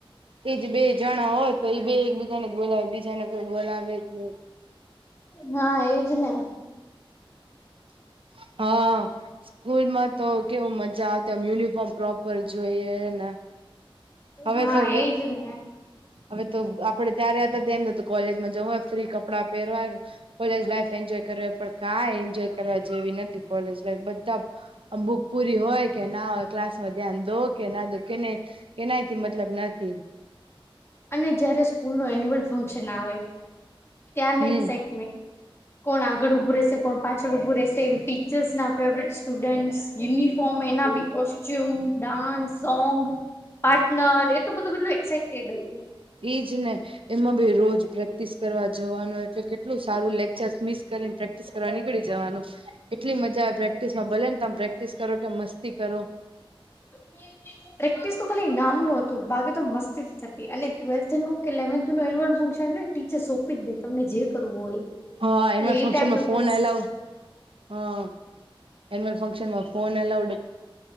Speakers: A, on the right; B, on the left.
A: એજ બે જણા હોય તો એ બે એકબીજાને જ બોલાવે બીજાને કોઈ બોલાવે જ નહી.
B: હા એજ ને.
A: <inaudible> હા સ્કૂલમાં તો કેવું મજા આવતીમ યુનિફોર્મ પ્રોપર જોઈએને હવે
B: હા
A: તો,
B: એજ ને
A: હવે તો આપણે ત્યારે હતા તેમ કોલેજમાં જવું હોય ફ્રી કપડાં પહેરવાય કોલેજ લાઈફ એન્જોય કરવી પડ કાઈ એન્જોય કરવા જેવી નથી કોલેજ લાઈફ બધા બુક પૂરી હોય કે ના હોય ક્લાસ માં ધ્યાન દો કે ના દો કેને કેનાયથી મતલબ નથી.
B: અને જયારે સ્કૂલ નો એન્યુઅલ ફંક્શન આવે ત્યાંને
A: હમ
B: એક્સાઇટમેન્ટ. કોણ આગળ ઉભું રહેશે, કોણ પાછળ ઉભું રહેશે એમ ટીચર્સ ના ફેવરેટ સ્ટુડન્ટ યુનિફોર્મ એના બી કોસ્ટ્યુમ, ડાન્સ, સોંગ, પાર્ટનર એ તો બધું બધું એક્સાઈટેડ હોય.
A: ઈજ ને એમાં ભી રોજ પ્રે પ્રેક્ટિસ કરવા જવાનું એટલે કેટલું સારું લેક્ચર્સ મિસ કરીને પ્રેક્ટ પ્રેક્ટિસ કરવા નીકળી જવાનું એટલી મજા આવે પ્રેક્ટિસમાં ભલે ને તમે પ્રેક્ટિસ કરો કે મસ્તી કરો.
B: <inaudible> પ્રેક્ટિસ તો ખાલીઇ નામનું હતું બાગે તો મસ્તી જ થતી અને ટ્વેલ્થ નું કે લેવથ એન્યુઅલ ફંક્શન એ ટીચર સોંપી જ દે તમને જે કરવું હોય એ.
A: હા એમાં
B: એટલે
A: ફંક્શન
B: એ ટાઈમ
A: માં
B: તો
A: ફોન
B: બેસ્ટ
A: અલાવ હા, એનુંઅલ ફંશનમાં ફોન અલાઉડ